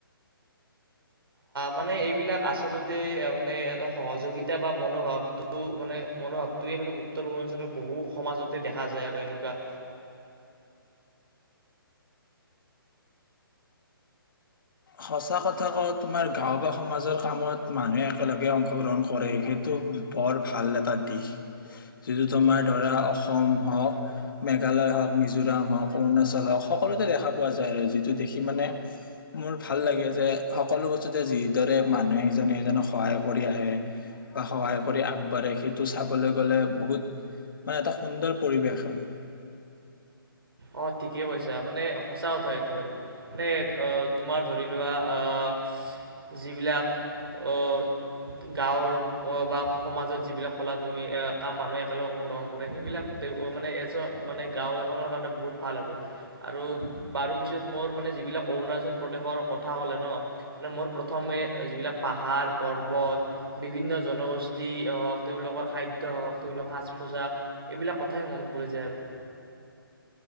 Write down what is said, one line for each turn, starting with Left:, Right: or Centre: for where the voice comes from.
Right: মানে এইবিলাক আচলতে মানে সহযোগিতা বা মনোভাৱটো মানে মনোভাৱটোৱে মানে উত্তৰ পূৰ্বাঞ্চলৰ বহু সমাজত দেখা যায় আৰু এনেকোৱা
Left: সঁচা কথা কওঁ তোমাৰ গাওঁ বা সমাজৰ কামত মানুহে একেলগে অংশগ্ৰহণ কৰে সেইটো বৰ ভাল এটা দিশ যিটো তোমাৰ ধৰা অসম হওক মেঘালয় হওঁক মিজোৰাম হওঁক অৰুণাচল হওঁক সকলোতে দেখা পোৱা যায় আৰু যিটো দেখি মানে মোৰ ভাল লাগে যে সকলো বস্তুতে যিদৰে মানুহে সিজনে সিজনক সহায় কৰি আহে বা সহায় কৰি আগবাঢ়ে সেইটো চাবলৈ গলে বহুত মানে এটা সুন্দৰ পৰিবেশ আৰু
Right: অ ঠিকেই কৈছা মানে সঁচা কথা এইটো আৰু মানে তোমাৰ ধৰি লোৱা আহ যিবিলাক অ গাঁৱৰ বা সমাজত যিবিলাক কলা তুমি কাম মানুহে একেলগ অংশগ্ৰহণ কৰে সেইবিলাক মানে এজন মানে গাঁও এখনৰ কাৰণে বহুত ভাল আৰু আৰু বাৰু পিছত মোৰ মানে যিবিলাক অৰুণাচল প্ৰদেশৰ কথা হলে ন মানে মোৰ প্ৰথমে যিবিলাক পাহাৰ পৰ্বত বিভিন্ন জনগোষ্ঠী হওক তেওঁলোকৰ খাদ্য হওঁক তেওঁলোকৰ সাজ পোছাক এইবিলাক কথাই মনত পৰি যায় আৰু